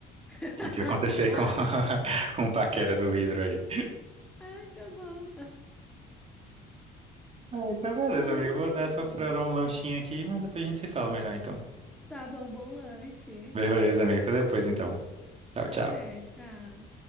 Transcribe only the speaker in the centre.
<laughs>
Ai, tá bom.
Ai,
Senhor.
Tá bom, bom lanche.
Até,
tchau.